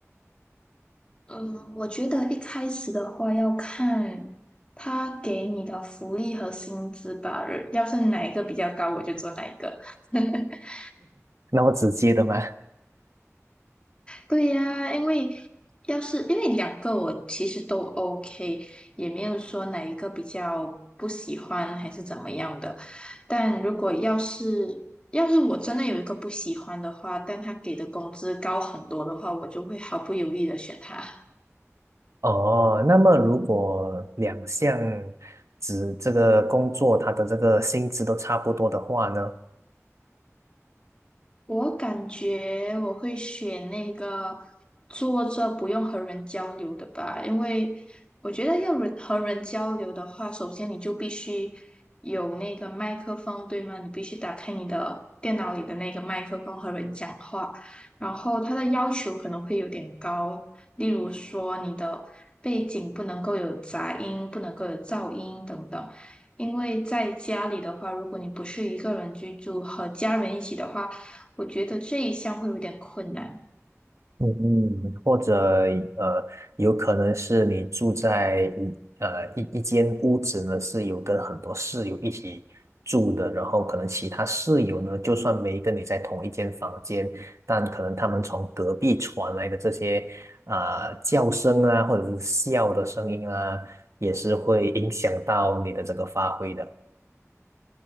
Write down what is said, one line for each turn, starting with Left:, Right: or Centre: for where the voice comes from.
Left: 嗯，我觉得一开始的话要看他给你的福利和薪资吧，呃要是哪一个比较高，我就做哪一个。<laughs>
Right: 那么直接的吗？
Left: 对呀，因为要是因为两个我其实都 OK，也没有说哪一个比较不喜欢还是怎么样的。但如果要是要是我真的有一个不喜欢的话，但他给的工资高很多的话，我就会毫不犹豫的选他。
Right: 哦，那么如果两项指这个工作，它的这个薪资都差不多的话呢？
Left: 我感觉我会选那个坐着不用和人交流的吧，因为我觉得要人和人交流的话，首先你就必须有那个麦克风，对吗？你必须打开你的电脑里的那个麦克风和人讲话，然后它的要求可能会有点高，例如说你的背景不能够有杂音，不能够有噪音等等。因为在家里的话，如果你不是一个人居住，和家人一起的话，我觉得这一项会有点困难。
Right: 嗯，或者呃，有可能是你住在一呃一一间屋子呢，是有跟很多室友一起住的，然后可能其他室友呢，就算没跟你在同一间房间，但可能他们从隔壁传来的这些啊、叫声啊，或者是笑的声音啊，也是会影响到你的这个发挥的。